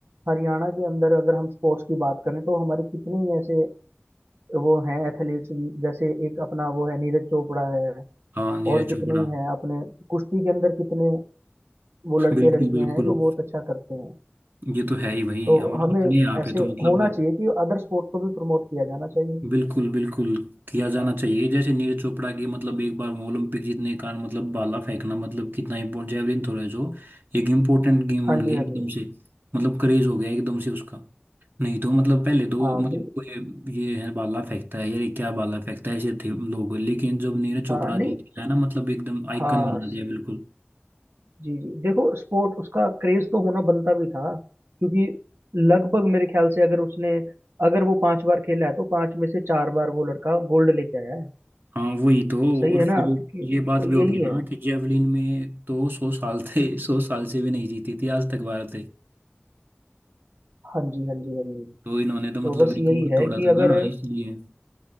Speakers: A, on the right (about 80°); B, on the right (about 55°).
A: हरियाणा के अंदर अगर हम स्पोर्ट्स की बात करें तो हमारे कितने ही ऐसे वो हैं एथलीट्स जैसे एक अपना वो है नीरज चोपड़ा है
B: हाँ नीरज
A: और कितने
B: चोपड़ा
A: ही हैं अपने कुश्ती के अंदर कितने वो
B: <laughs>
A: लड़के
B: बिल्कुल
A: लड़कियां
B: बिल्कुल
A: हैं जो बहुत अच्छा करते हैं
B: ये तो है ही भाई
A: तो
B: हम अपने
A: हमें
B: यहाँ
A: ऐसे
B: पे तो मतलब
A: होना चाहिए कि अदर स्पोर्ट को भी प्रमोट किया जाना चाहिए
B: बिल्कुल बिल्कुल किया जाना चाहिए जैसे नीरज चोपड़ा की मतलब एक बार वो ओलंपिक जीतने का मतलब भाला फेंकना मतलब कितना इम्पोर्टेंट जेवलिन थ्रो है जो एक इम्पोर्टेंट गेम
A: हाँ
B: बन
A: जी
B: गया
A: हाँ
B: एकदम
A: जी
B: से मतलब क्रेज हो गया एकदम से उसका नहीं तो मतलब पहले तो
A: हाँ
B: मतलब
A: बिल
B: कोई ये है भाला फेंकता है यार ये क्या भाला फेंकता है ऐसे थे लोग लेकिन जब नीरज चोपड़ा
A: हाँ नहीं
B: जी है ना मतलब एकदम आइकन
A: हाँ
B: बना दिया बिल्कुल
A: जी जी देखो स्पोर्ट उसका क्रेज तो होना बनता भी था क्योंकि लगभग मेरे ख्याल से अगर उसने अगर वो पांच बार खेला है तो पांच में से चार बार वो लड़का गोल्ड लेके आया है
B: हाँ वही तो
A: सही
B: और
A: है ना
B: फिर
A: क्योंकि
B: ये बात
A: तो यही
B: भी होगी ना
A: है
B: कि जेवलिन में तो सौ साल थे सौ साल से भी नहीं जीती थी आज तक भारत
A: हाँ जी हाँ जी हाँ जी
B: तो इन्होंने तो मतलब
A: तो बस
B: रिकॉर्ड
A: यही है
B: तोड़ा
A: कि
B: था
A: अगर
B: ना इसलिए